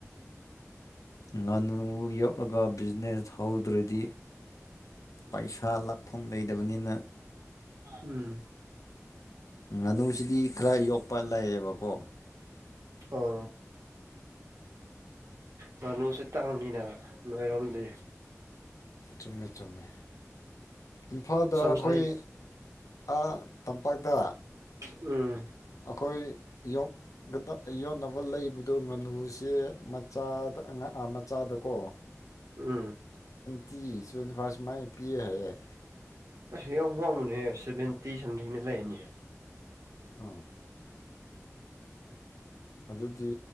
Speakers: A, on the left; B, on the right.
A: ꯉꯥꯅꯨ ꯌꯣꯛꯂꯒ ꯕꯤꯖꯤꯅꯦꯁ ꯍꯧꯗ꯭ꯔꯗꯤ ꯄꯩꯁꯥ ꯂꯞ ꯐꯝ ꯂꯩꯇꯕꯅꯤꯅ
B: ꯎꯝ
A: ꯉꯥꯅꯨꯁꯤꯗꯤ ꯈꯔ ꯌꯣꯛꯄ ꯂꯩꯌꯦꯕꯀꯣ
B: ꯑꯣ ꯉꯅꯨꯁ ꯇꯥꯡꯅꯤꯅ ꯅꯣꯏꯔꯣꯝꯗ
A: ꯆꯨꯝꯃꯦ ꯆꯨꯝꯃꯦ ꯏꯝꯐꯥꯜꯗ
B: ꯁꯣꯝꯁꯥꯏ
A: ꯑꯩꯈꯣꯏ ꯑꯣ ꯇꯝꯄꯥꯛꯇ
B: ꯎꯝ
A: ꯑꯩꯈꯣꯏ ꯌꯣꯛꯗ ꯑꯩ ꯌꯣꯟꯅꯕ ꯂꯩꯕꯗꯣ ꯉꯥꯅꯨꯁꯦ ꯃꯆꯥꯗ ꯑ ꯃꯆꯥꯗꯀꯣ
B: ꯎꯝ
A: ꯇꯤ ꯇ꯭ꯋꯦꯟꯇꯤ ꯐꯥꯔꯁ ꯃꯥꯏꯅ ꯄꯤꯑꯦ ꯍꯥꯏꯌꯦꯦ
B: ꯑꯁ <unintelligible> ꯌꯥꯝ ꯋꯥꯡꯕꯅꯦꯍꯦ ꯁꯚꯦꯟꯇꯤ ꯁꯝꯊꯤꯡꯅ ꯂꯩꯔꯅꯤꯍꯦ
A: ꯑ ꯑꯗꯨꯗꯤ